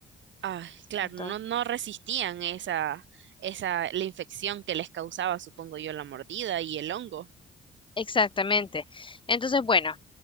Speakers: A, on the right; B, on the left.
A: Ay, claro,
B: Entonces,
A: no, no resistían esa, esa, la infección que les causaba, supongo yo, la mordida y el hongo.
B: Exactamente. Entonces, bueno,